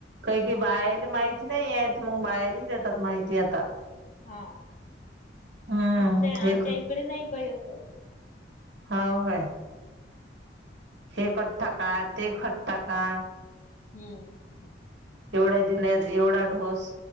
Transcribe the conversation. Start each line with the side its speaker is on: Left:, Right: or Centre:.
Right: कै कै बायला माहिती नाहीये, मग बायला ही देतात माहिती आता.
Left: हां,
Right: हम्म
Left: आपल्या
Right: हे
Left: आमच्या इकडे नाही काही असं.
Right: हांव काय, हे खत टाका ते खत टाका.
Left: हम्म.
Right: एवढ्या दिन एवढा ढोस,